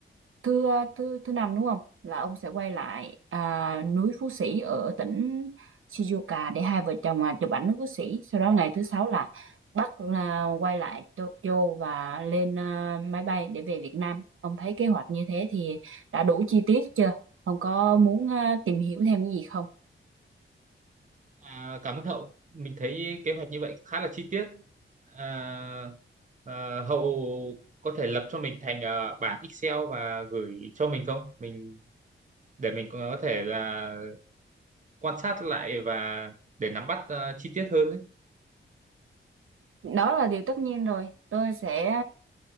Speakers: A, on the right; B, on the right.
A: thứ ờ, thứ thứ năm đúng không là ông sẽ quay lại à, núi Phú Sĩ ở tỉnh Shizuoka để hai vợ chồng à, chụp ảnh núi Phú Sĩ sau đó ngày thứ sáu là Bắc là quay lại Tokyo và lên à, máy bay để về Việt Nam ông thấy kế hoạch như thế thì đã đủ chi tiết chưa ông có muốn à, tìm hiểu thêm cái gì không
B: À, cảm ơn Hậu. Mình thấy kế hoạch như vậy khá là chi tiết. À, à, Hậu có thể lập cho mình thành à, bảng Excel và gửi cho mình không? Mình để mình có thể là quan sát lại và để nắm bắt à, chi tiết hơn ấy.
A: đó là điều tất nhiên rồi tôi sẽ